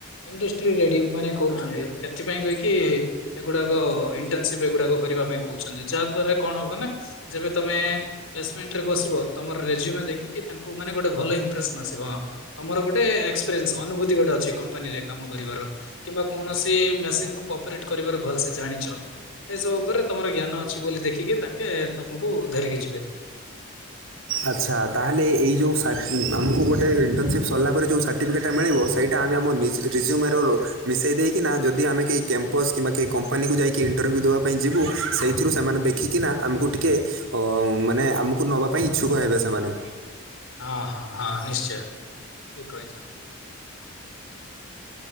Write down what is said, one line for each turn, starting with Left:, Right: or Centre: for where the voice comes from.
Left: ଇଣ୍ଡେଷ୍ଟ୍ରି ରେଡି ମାନେ କରୁଚନ୍ତି ଏଥିପାଇଁ କଇକି ଏଗୁଡ଼ାକ ଇଣ୍ଟେନ୍ସିପ୍ ଏଗୁଡ଼ାକ କରିବା ପାଇଁ କଉଛନ୍ତି ଯାହାଦ୍ଵାରା କଣ ହବ ନା ଯେବେ ତମେ ପ୍ଲେସ୍ମେଣ୍ଟ ରେ ବସିବ ତମର୍ ରେଯିମ ଦେଖିକି ତାଙ୍କୁ ମାନେ ଗୋଟେ ଭଲ ଇମ୍ପ୍ରେସନ୍ ଆସିବ ହଁ ତମର ଗୋଟେ ଏକ୍ସପ୍ରେନ୍ସ୍ ଅନୁଭୂତି ଗୋଟେ ଅଛି କମ୍ପାନୀରେ କାମ କରିବାର। କିମ୍ବା କୌଣସି ମେସିନ୍ କୁ ଅପ୍ରେଟ୍ କରିବାର ଭଲ୍ସେ ଜାଣିଛ। ଏସବୁ ଉପରେ ତମର ଜ୍ଞାନ ଅଛି ବୋଲି ଦେଖିକି ତାଙ୍କେ ତମକୁ ଧରିକି ଯିବେ।
Right: ଆଚ୍ଛା ତାହେଲେ ଏଇ ଯୋଉ ସା ଉଁ ଆମ୍ କୁ ଗୋଟେ ଇଣ୍ଟନ୍ସିପ୍ ସର୍ଲା ପରେ ଯେଉଁ ସାର୍ଟିଫିକେଟ୍ଟା ମିଳିବ ସେଇଟା ଆମେ ଆମ ନିଜ୍ ରିଜ୍ୟୁମେରର। ମିଶେଇ ଦେଇକିନା ଯଦି ଆମେ କେଇ କେମ୍ପସ୍ କିମ୍ବା କେଇ କମ୍ପାନୀକୁ ଯାଇକି ଇଣ୍ଟର୍ବ୍ୟୁ ଦବା ପାଇଁ ଯିବୁ ସେଇଥିରୁ ସେମାନେ ଦେଖ ଖିକିନା ଆମ୍ କୁ ଟିକେ ଅ ମାନେ ଆମ୍ କୁ ନବା ପାଇଁ ଇଚ୍ଛୁକ ହେବେ ସେମାନେ।
Left: ହାଁ ହାଁ ହଁ ନିଶ୍ଚୟ ଠିକ୍ କହିଚ।